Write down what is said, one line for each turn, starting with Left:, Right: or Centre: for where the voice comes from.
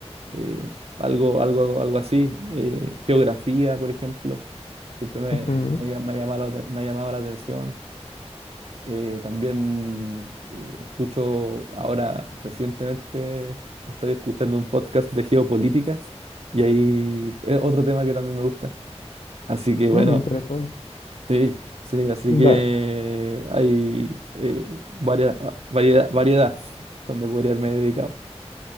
Right: eh, algo, algo, algo así. Eh, geografía, por ejemplo, siempre me,
Left: ujú,
Right: me, lla- me ha llamado la, te- me ha llamado la atención. Eh, también eh, escucho ahora, recientemente, estoy escuchando un podcast de geopolítica y ahí es otro tema que también me gusta. Así que bueno,
Left: mm, interesante.
Right: sí, sí, así que
Left: Va,
Right: hay eh, varia- variedad, variedad donde podría haberme dedicado.